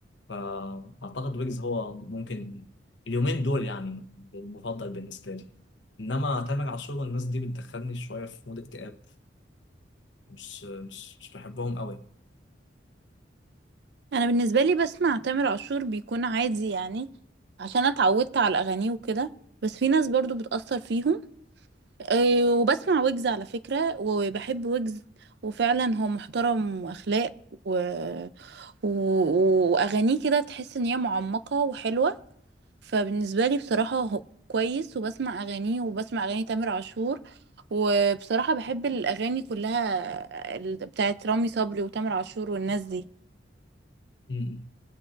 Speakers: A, on the left; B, on the right.
A: فأعتقد ويجز هو ممكن اليومين دول يعني المفضل بالنسبة لي إنما تامر عاشور والناس دي بتدخلني شوية في مود اكتئاب فمش مش مش بحبهم أوي
B: انا بالنسبه لي بسمع تامر عاشور بيكون عادي يعني عشان أنا اتعودت على اغانيه وكده بس في ناس برضو بتأثر فيهم أه وبسمع ويجز على فكره وبحب ويجز وفعلا هو محترم واخلاق و... و... واغانيه كده تحس ان هي معمقه وحلوه فبالنسبة لي بصراحة هو كويس وبسمع أغانيه وبسمع أغاني تامر عاشور وبصراحة بحب الأغاني كلها ال- بتاعت رامي صبري وتامر عاشور والناس دي
A: م-م.